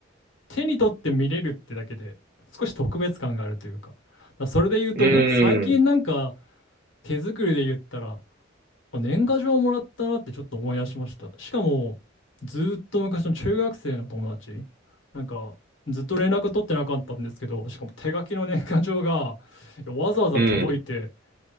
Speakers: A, on the left; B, on the right.
A: 手に取って見れるってだけで、少し特別感があるというか。だからそれで言うと、
B: うん、
A: 僕最近なんか手作りで言ったら、あ年賀状もらったなってちょっと思い出しました。しかも、ずーっと昔の中学生の友達、なんかずっと連絡取ってなかったんですけど、しかも手書きの年賀状がいやわざわざ届いて、
B: うん。